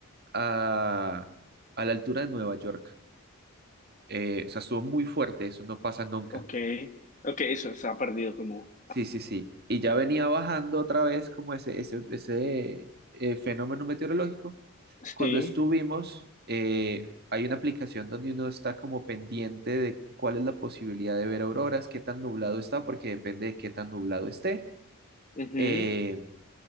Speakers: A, on the right (about 45°); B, on the left (about 35°).
A: a, a la altura de Nueva York. Eh, o sea, estuvo muy fuerte, eso no pasa nunca.
B: Ok, ok, eso se ha perdido como...
A: Sí, sí, sí. Y ya venía bajando otra vez como ese, ese, ese eh, fenómeno meteorológico.
B: Sí,
A: Cuando estuvimos, eh, hay una aplicación donde uno está como pendiente de cuál es la posibilidad de ver auroras, qué tan nublado está, porque depende de qué tan nublado esté.
B: ujú.
A: Eh,